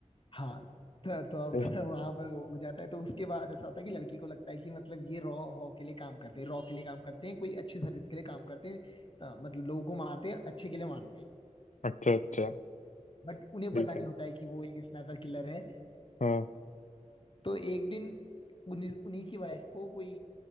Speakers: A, on the left; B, on the left.
A: हाँ तो, तो अब
B: फिर
A: <laughs> वहां पर वो हो जाता है तो उसके बाद ऐसा होता है कि लड़की को लगता है कि मतलब ये रॉ हॉ के लिए काम करते हैं रॉ के लिए काम करते हैं कोई अच्छी सर्विस के लिए काम करते हैं तो, मतलब लोगों को मारते हैं अच्छे के लिए मारते हैं
B: अच्छा अच्छा
A: बट उन्हें
B: ठीक
A: पता नहीं
B: है
A: होता है कि वो एक स्नाइपर किलर है
B: हाँ
A: तो एक दिन उन्हीं उन्हीं की वाइफ को कोई